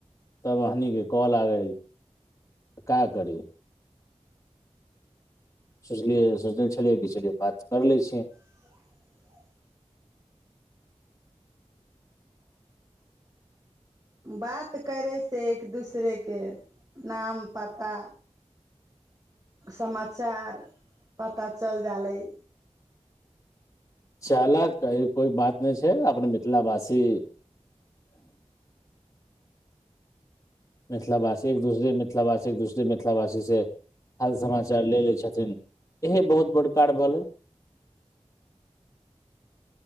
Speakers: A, on the left (about 25°); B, on the right (about 35°).
A: तब हमनी के कॉल आ गेइल का करी सोचलियै सोचनेे छलियैय बात कर लए छिय
B: <inaudible> बात करे से एक दूसरे के नाम पता समाचार पता चलि जा लए
A: चाला आतै कोइ बात नहि छै अपने मिथिला भाषा से मिथिलावासी एक दूसरे मिथिलावासी एक दूसरे मिथिलावासीसँ हाल समाचार ले लै छथिन इएह बहुत बड़ कार्य भेलै